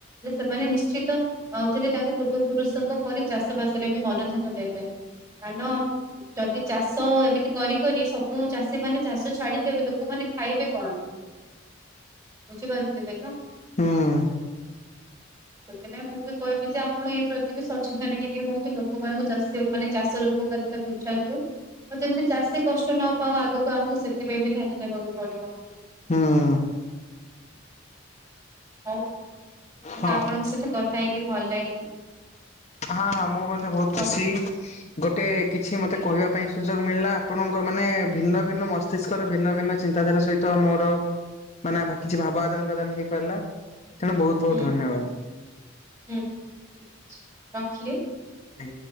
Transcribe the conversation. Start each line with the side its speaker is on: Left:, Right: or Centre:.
Right: ଯେସେମାନେ ନିଶ୍ଚିତ ଆଉଥିରେ ତାଙ୍କ ପୂର୍ବ ପୁରୁଷଙ୍କ ପରି ଚାଷ ବାସରେବି ମନ ଧ୍ୟାନ ଦେବେ। ଧାନ ଯଦି ଚାଷ ଏମିତି କରି କରି ସବୁ ଚାଷୀ ମାନେ ଚାଷ ଛାଡ଼ିଦେବେ ଲୋକମାନେ ଖାଇବେ କଣ?
Left: <unintelligible>
Right: ବୁଝିପାରୁଥିବେ ତ।
Left: ହଁ
Right: ସେଥିପାଇଁ ମୁଁ ବି କହିବି ଯେ ଆପଣ ଏଇ ପ୍ରତି ବି ସଚେତନ ଟିକେ ହୁଅନ୍ତୁ ଲୋକମାନାନଙ୍କୁ ଚାଷ ମାନେ ଚାଷର ଉପକାରିତା ତାକୁ ବୁଝାନ୍ତୁ। ଆଉ ଯେମିତି ଚାଷୀ କଷ୍ଟ ନ ପାଉ ଆଗକୁ ଆମକୁ ସେଥିପାଇଁ ବି ଧ୍ୟାନ ଦେବାକୁ ପଡିବ।
Left: ହଁ
Right: ହଉ ମତେ
Left: ହଁ।
Right: ଆପଣଙ୍କ ସହିତ କଥା ହେଇକି ଭଲ ଲାଗିଲା।
Left: ହଁ ହଁ ମୁଁ ମଧ୍ୟ ବହୁତ
Right: ରଖ
Left: ଖୁସି ଗୋଟେ କିଛି ମତେ
Right: ଆଜ୍ଞା
Left: କହିବା ପାଇଁ ସୁଯୋଗ ମିଳିଲା ଆପଣଙ୍କ ମାନେ ଭିନ୍ନ ଭିନ୍ନ ମସ୍ତିଷ୍କର ଭିନ୍ନ ଭିନ୍ନ ଚିନ୍ତାଧାରା ସହିତ ମୋର ମାନେ କିଛି ଭାବ ଆଦାନ ପ୍ରଦାନ ହେଇପାରିଲା। ତେଣୁ ବହୁତ ବହୁତ
Right: ହୁଁ
Left: ଧନ୍ୟବାଦ।
Right: ହୁଁ ଠିକ ଅଛି ରଖିଲି।
Left: ହଁ